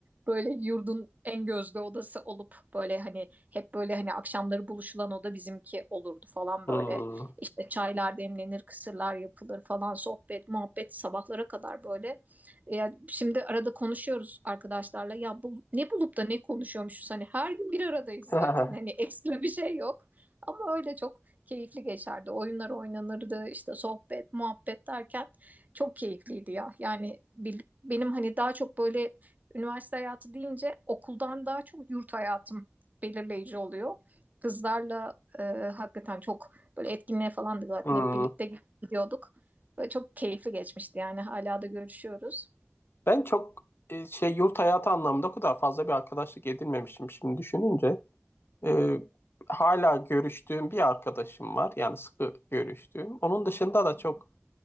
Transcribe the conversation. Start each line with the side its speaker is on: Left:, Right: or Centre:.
Right: böyle yurdun en gözde odası olup böyle hani hep böyle hani akşamları buluşulan oda bizimki olurdu falan
Left: Hmm.
Right: böyle. İşte çaylar demlenir, kısırlar yapılır falan sohbet, muhabbet sabahlara kadar böyle. Yani şimdi arada konuşuyoruz arkadaşlarla ya bu, ne bulup da ne konuşuyormuşuz hani her gün bir aradayız
Left: <laughs>
Right: zaten hani ekstra bir şey yok. Ama öyle çok keyifli geçerdi. Oyunlar oynanırdı, işte sohbet, muhabbet derken çok keyifliydi ya. Yani bil- benim hani daha çok böyle üniversite hayatı deyince okuldan daha çok yurt hayatım belirleyici oluyor. Kızlarla e, hakikaten çok böyle etkinliğe falan da zaten
Left: Hmm.
Right: hep birlikte gidiyorduk. Böyle çok keyifli geçmişti yani hala da görüşüyoruz.
Left: Ben çok e, şey yurt hayatı anlamında o kadar fazla bir arkadaşlık edinmemişim şimdi düşününce. E, hala görüştüğüm bir arkadaşım var. Yani sıkı görüştüğüm. Onun dışında da çok